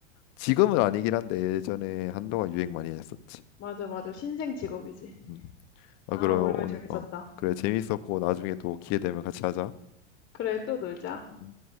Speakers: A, on the left; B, on the left.
A: 지금은 아니긴 한데 예전에 한동안 유행 많이 했었지.
B: 맞아, 맞아. 신생 직업이지.
A: 음. 아,
B: 아,
A: 그럼
B: 오랜만에
A: 오늘
B: 재밌었다.
A: 어. 그래
B: 음.
A: 재밌었고 나중에 또 기회 되면 같이 하자.
B: 그래, 또 놀자.
A: 음.